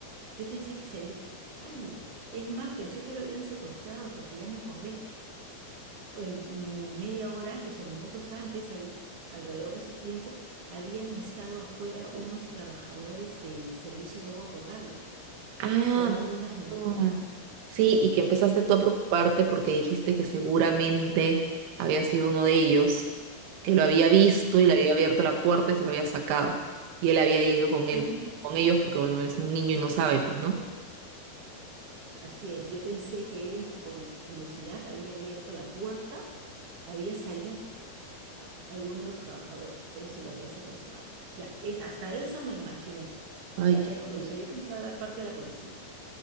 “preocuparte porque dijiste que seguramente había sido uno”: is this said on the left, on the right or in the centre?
Right